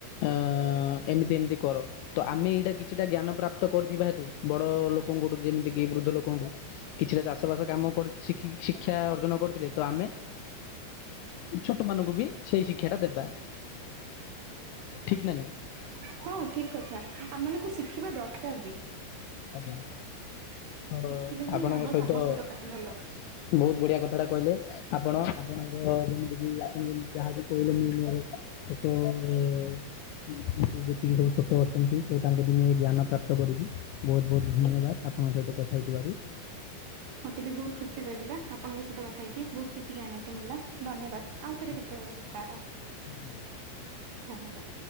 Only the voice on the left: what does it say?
ଅଁ ଏମିତି ଏମିତି କର। ତ ଆମେ ଏଇଟା କିଛିଟା ଜ୍ଞାନ ପ୍ରାପ୍ତ କରିଥିବା ହେତୁ ବଡ ଲୋକଙ୍କଠୁ ଯେମିତି କିି ବୃଦ୍ଧ ଲୋକଙ୍କଠୁ କିଛିଟା ଚାଷ ବାସ କାମ କରି ଶିଖି ଶିକ୍ଷା ଅର୍ଜନ କରିଥିଲେ ତ ଆମେ ଛୋଟ ମାନଙ୍କୁ ବି ସେଇ ଶିକ୍ଷା ଟା ଦେବା। ଠିକ୍ ନା ନାଇଁ?
ଆଜ୍ଞା, ତ
ଆପଣଙ୍କ
ସହିତ
ବହୁତ
ବଢିଆ କଥା ଟା କହିଲେ ଆପଣ ଆପଣଙ୍କ ଯେମିତିକି ଆପଣ ଯେମତି ଯାହାକି କହିଲେ ମୁଁ ମୋର ଛୋଟ ମୋର ସବୁ ଯେତିକି ସବୁ ଛୋଟ ଅଛନ୍ତି ତ ତାଙ୍କୁଠୁ ମୁଁ ଏ ଜ୍ଞାନ ପ୍ରାପ୍ତ କରିବି। ବହୁତ୍ ବହୁତ୍ ଧନ୍ୟବାଦ ଆପଣଙ୍କ ସହିତ କଥା ହେଇଥିବାରୁ।
ଧନ୍ୟବାଦ
ଆଜ୍ଞା